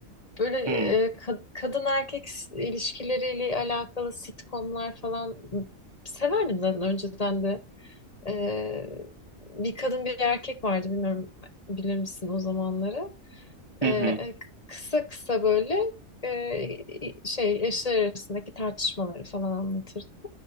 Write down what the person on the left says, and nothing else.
Böyle
e, ka- kadın erkek ilişkileriyle alakalı sitcomlar falan severdim zaten önceden de. Ee, bir kadın bir erkek vardı bilmiyorum bilir misin o zamanları.
Ee,
kısa kısa böyle e, şey eşler arasındaki tartışmaları falan anlatırdı.